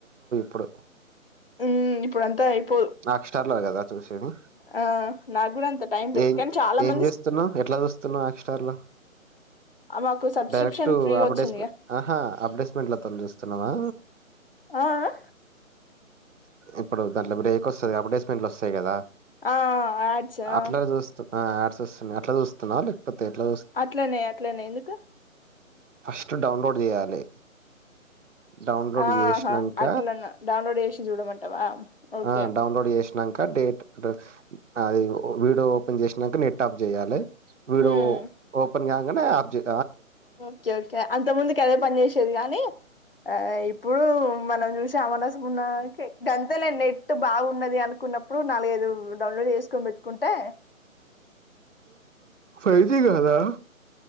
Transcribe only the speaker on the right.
పుడు
నాక్ స్టార్ల కదా చూసేది
ఏం
ఏం
చేస్తున్నా ఎట్లా చూస్తున్నావు హాట్స్టార్ లో
డైరెక్ట్
అప్డెస్క్
ఆహా అప్దేస్లుండిలో త చూస్తున్నావా
ఇప్పుడు దాంట్లో ఉడే ఎక్తై అడ్వర్టైస్మెంట్లు వస్తాయి కదా
అట్లానే చూ ఆ ఏడ్స్ వస్తున్నాయి అట్లా చూస్తున్నావు లేకపోతే ఎట్లా
ఫస్ట్ డౌన్లోడ్ చేయాలే డౌన్లోడ్
చేసినంక
ఆ డౌన్లోడ్ చేసినాక డేట్ అది వీడియో ఓపెన్ చేసినాక నెట్ ఆఫ్ చేయాలె వీడో
ఓపెన్ కాగ్ గానే ఆఫ్జై
ఫైవ్ జి కాదా